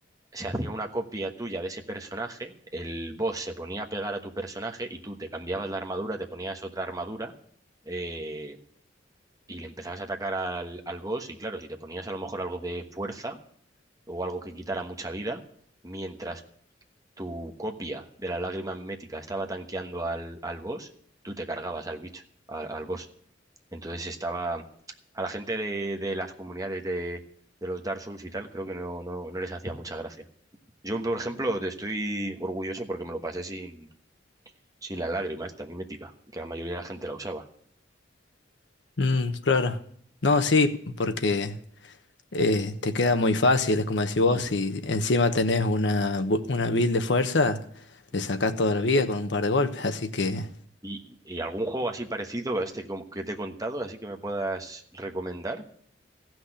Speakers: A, on the right (about 20°); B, on the left (about 70°).
A: se hacía una copia tuya de ese personaje, el boss se ponía a pegar a tu personaje y tú te cambiabas la armadura, te ponías otra armadura eh, y le empezabas a atacar al, al boss y claro, si te ponías a lo mejor algo de fuerza o algo que quitara mucha vida, mientras tu copia de la lágrima mimética estaba tanqueando al, al boss, tú te cargabas al bicho, al, al boss. Entonces estaba... A la gente de, de las comunidades de, de los Dark Souls y tal, creo que no, no, no les hacía mucha gracia. Yo, por ejemplo, te estoy orgulloso porque me lo pasé sin, sin la lágrima esta mimética, que la mayoría de la gente la usaba.
B: Mm, claro. No, sí, porque eh, te queda muy fácil, es como decís vos,
A: Mm,
B: si encima tenés una, bu- una build de fuerza,
A: mm.
B: le sacás toda la vida con un par de golpes, así que...
A: ¿Y, y algún juego así parecido a este como que te he contado, así que me puedas recomendar?